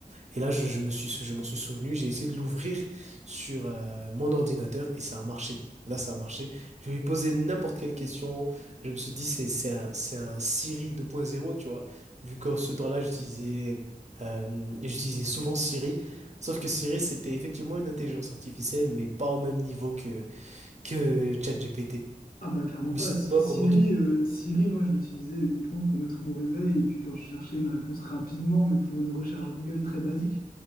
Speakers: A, on the right (about 50°); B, on the left (about 75°).
A: Et là, je, je me suis, je m'en suis souvenu, j'ai essayé de l'ouvrir sur euh, mon ordinateur et ça a marché. Là, ça a marché. Je lui ai posé n'importe quelle question. Je me suis dit, c'est, c'est un, c'est un Siri 2.0, tu vois. Vu qu'en ce temps-là, j'utilisais, euh, j'utilisais souvent Siri. Sauf que Siri, c'était effectivement une intelligence artificielle, mais pas au même niveau que, que ChatGPT.
B: Ah bah clairement
A: Mais
B: pas.
A: sinon,
B: Si-
A: toi,
B: Siri,
A: comment tu...
B: euh, Siri, moi je l'utilisais uniquement pour mettre mon réveil et puis quand je cherchais une réponse rapidement, mais pour une recherche Google très basique.